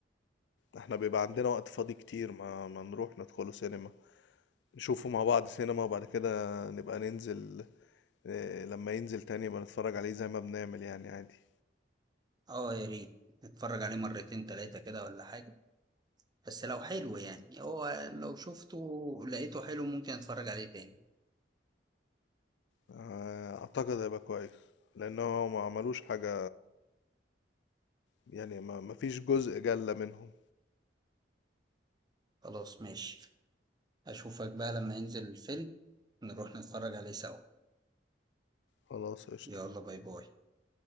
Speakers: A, on the left; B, on the right.
A: احنا بيبقى عندنا وقت فاضي كتير ما, ما نروح ندخلوا سينما نشوفه مع بعض سينما وبعد كده نبقى ننزل آه، لما ينزل تاني يبقى نتفرج عليه زي ما بنعمل يعني عادي
B: اه يا ريت اتفرج عليه مرتين تلاتة كده ولا حاجة بس لو حلو يعني هو لو شفته لقيته حلو ممكن اتفرج عليه تاني
A: آه، اعتقد هيبقى كويس لان هو ما عملوش حاجة يعني ما ما فيش جزء جلة منهم
B: خلاص ماشي اشوفك بقى لما ينزل الفيلم نروح نتفرج عليه سوا
A: خلاص قشطة
B: يلا باي باي